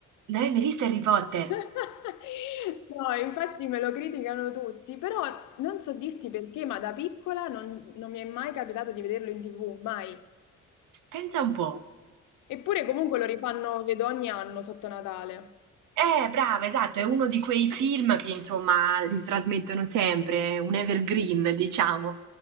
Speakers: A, on the right; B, on the left.
A: Non hai mai visto Harry Potter?
B: <laughs> No, infatti me lo criticano tutti, però non so dirti perché, ma da piccola non, non mi è mai capitato di vederlo in TV, mai.
A: Pensa un po'.
B: Eppure comunque lo rifanno, vedo ogni anno sotto Natale.
A: Eh, brava, esatto, è uno di quei film che insomma li trasmettono sempre, è un evergreen, diciamo,